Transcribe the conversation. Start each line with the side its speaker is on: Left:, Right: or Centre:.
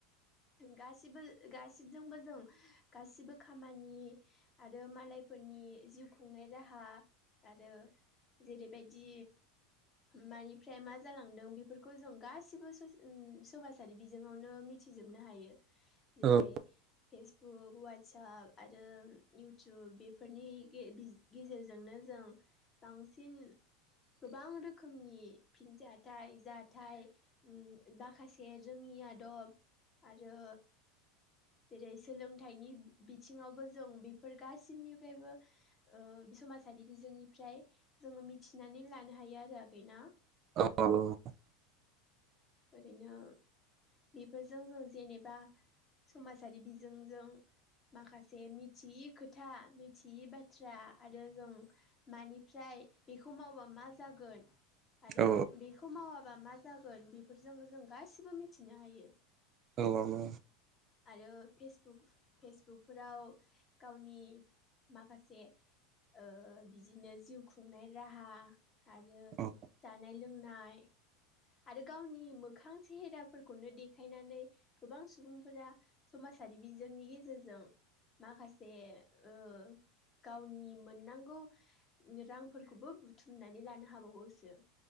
Left: गासिबो गासिजोंबो जों गासिबो खामानि आरो मालायफोरनि जिउ खुंनाय राहा आरो जेरैबायदि मानिफ्राय मा जालांदों बेफोरखौ जों गासिबो ससे समाजारि बिजोङावनो मिथि मिथिजोबनो हायो जेरै
Right: औ
Left: फेसबुक ववाट्साप आरो इउटुब बेफोरनि गे बि गेजेरजोंनो जों बांसिन गोबां रोखोमनि फिनजाथाइ जाथाइ उम माखासे जोंनि नि आदब आरो जेरै सोलोंथाइनि बिथिङावबो जों बेफोर गासिनिफ्रायबो ओ समाजारि बिजोंनिफ्राय जोङो मिथिनानै लानो हायो आरो आगैना?
Right: औ आब'।
Left: ओरैनो बेफोरजों जों जेनेबा समाजारि बिजोंजों माखासे मिथियि खोथा मिथियि बाथ्रा आरो जों मानिफ्राय बेखौ मावबा मा जागोन आरो
Right: औ
Left: बेखौ मावाबा मा जागोन बेफोरजों जों गासिबो मिथिनो हायो।
Right: औ आब'।
Left: आरो फेसबुक फेसबुकफोराव गावनि माखासे ओ बिदिनो जिउ खुंनाय राहा आरो
Right: औ
Left: जानाय लोंनाय आरो गावनि मोखां सेहेराफोरखौनो देखायनानै गोबां सुबुंफोरा समाज सारि बिजोंनि गेजेरजों माखासे ओ गावनि मोननांगौ रांफोरखौबो बुथुमनानै लानो हाबावोसो।